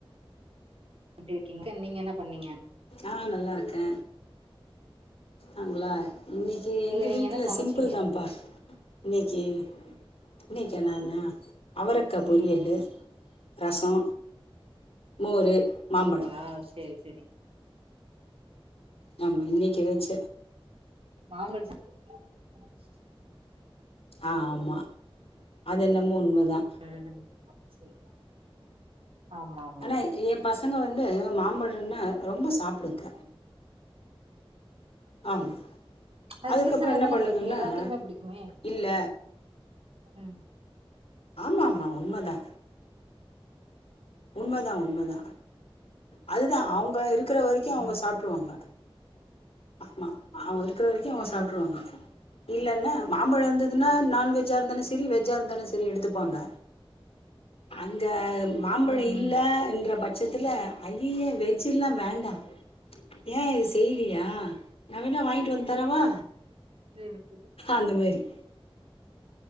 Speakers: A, on the right; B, on the left.
A: எப்டிருக்கீங்க நீங்க என்னப் பண்ணீங்க
B: ஆ நல்லாருக்கே ஆங்களா இன்னிக்கி எங்க
A: இல்ல நீங்க
B: வீட்ல
A: என்ன சமச்சீங்க
B: சிம்பிள்தாம்ப்பா இன்னைக்கி இன்னைக்கா நானா அவரக்காப் பொரியலு
A: ம்
B: ரசோ மோரு மாம்பழோ
A: ம் ஆ செரி செரி
B: ஆமா இன்னைக்கி வெச்ச
A: மாம்பழோ <inaudible>
B: ஆ ஆமா அது என்னமோ உண்மதா
A: <unintelligible> ஆமா
B: ஆனா எம் பசங்க வந்து மாம்பழன்னா ரொம்ப சாப்டுங்க ஆமா
A: அது
B: அதுக்கப்றோ
A: சீசன்ல
B: என்ன
A: தான
B: பண்ணுங்குன்னா
A: கெடைக்கு எல்லாத்துக்குமே புடிக்குமே
B: இல்ல
A: ம்
B: ஆமா மா உண்மதா உண்மதா உண்மதா அதுதா அவுங் வெ இருக்குற வரைக்கு அவுங்க
A: ம்
B: சாப்ட்ருவாங்க மா அவெ இருக்குற வரைக்கு அவெ
A: ம்
B: சாப்ட்ருவாங்க இல்லன்னே மாம்பழோ இந்ததுன்னா நான்வெஜ்ஜா இருந்தாலு செரி வெஜ்ஜா இருந்தாலு செரி எடுத்துப்பாங்க அங்க மாம்பழ
A: ம்
B: இல்லன்ற
A: ம்
B: பட் ட்சத்துல ஐய்யய்ய வெஜ்ஜில்லா வேண்டா ஏ இது செய்லியா நா வேணா வாய்ன்ட்டு வந் தரவா
A: சேரி சேரி
B: அந்த மேரி